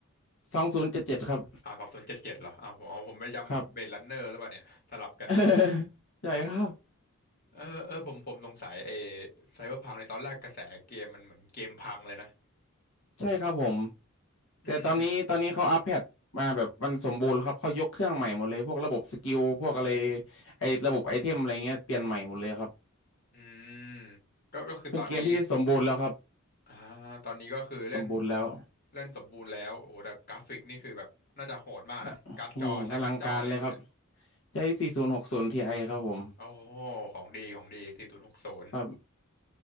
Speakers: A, on the left; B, on the left.
A: สองศูนย์เจ็ดเจ็ดครับ
B: อ่าสองศูนย์เจ็ดเจ็ดเหรออ่าผมอ๋อผมไปจำเบลดรันเนอร์หรือเปล่าเนี่ย
A: ครับ
B: สลับกัน
A: <laughs> ใช่ครับ
B: เออเออผมผมสงสัยไอ้ไซเบอร์พังในตอนแรกกระแสเกมมันเหมือนเกมพังเลยนะ
A: ใช่ครับผม
B: อืมอืม
A: แต่ตอนนี้ตอนนี้เขาอัปเดตมาแบบมันสมบูรณ์แล้วครับเขายกเครื่องใหม่หมดเลยพวกระบบสกิลพวกอะไรไอ้ระบบไอเทมอะไรเงี้ยเปลี่ยนใหม่หมดเลยครับ
B: อืมก็ก็คือตอนนี้
A: เป็นเกมที่สมบูรณ์แล้วครับ
B: อ่าตอนนี้ก็คือเล่น
A: สมบูรณ์แล้ว
B: เล่นสมบูรณ์แล้วโอ้โหแต่กราฟิกนี่คือแบบน่าจะโหดมากนะการ์ดจอใช้การ์ดจออะไรครับเนี่ย
A: อ่ะอืมอลังการเลยครับใช้4060 Ti ครับผม
B: โอ้โหของดีของดีสี่ศูนย์หกศูนย์
A: ครับ